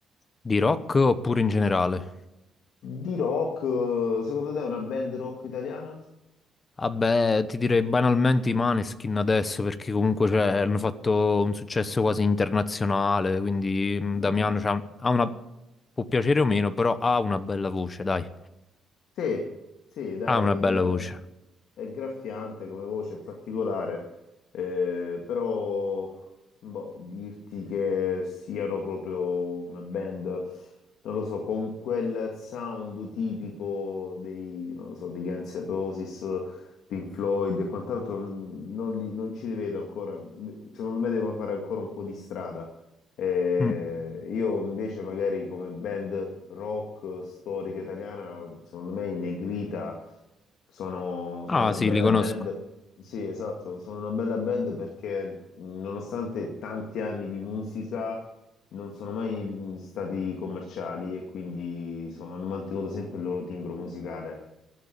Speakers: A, on the left; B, on the left.
A: di rock oppure in generale?
B: Di rock, eh, secondo te è una band rock italiana?
A: Vabbè, ti direi banalmente i Maneskin adesso perché comunque cioè, hanno fatto un successo quasi internazionale, quindi mh,
B: Mm,
A: Damiano c'ha- ha una... può piacere o meno, però ha una bella voce, dai.
B: Sì, sì, dai,
A: Ha una bella
B: eh,
A: voce.
B: è graffiante come voce, è particolare, eh, però boh, dirti che siano proprio una band, non lo so, con quel sound tipico dei, non lo so, dei Guns N' Roses, Pink Floyd e quant'altro, non, li- non ci li vedo ancora, secondo me devono fare ancora un po' di strada. Eh,
A: Mm.
B: io invece magari come band rock storica italiana, secondo me i Negrita sono,
A: Ah
B: sono
A: sì,
B: una bella
A: li conosco.
B: band. Sì, esatto, sono una bella band perché mh, nonostante tanti anni di musica non sono mai mh, stati commerciali e quindi sono- hanno mantenuto sempre il loro timbro musicale.